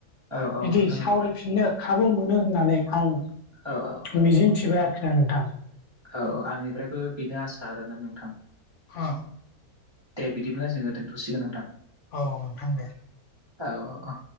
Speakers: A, on the right; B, on the left.
A: औ औ
B: बिदि
A: औ नोंथां
B: सावरायफिननो खाबु मोनो होननानै आं
A: औ औ।
B: मिजिं थिबाय आरोखि ना नोंथां।
A: औ औ आंनिफ्रायबो बेनो आसा आरोना नोंथां।
B: अ।
A: दे बिदिब्ला जोङो दोनथ' सिगोन नोंथां।
B: औ नोंथां दे।
A: औ ओ अ'